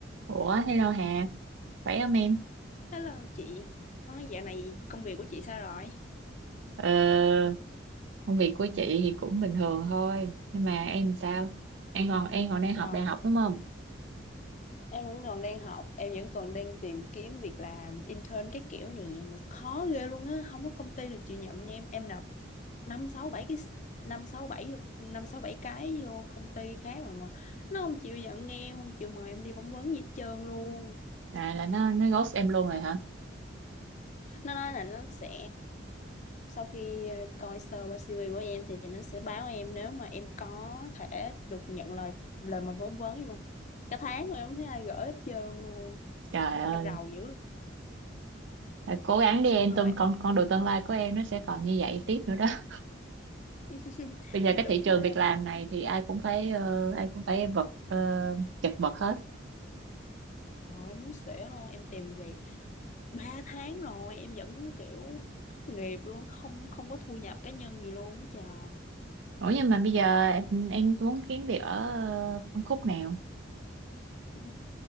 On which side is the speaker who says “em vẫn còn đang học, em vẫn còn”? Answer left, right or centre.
Left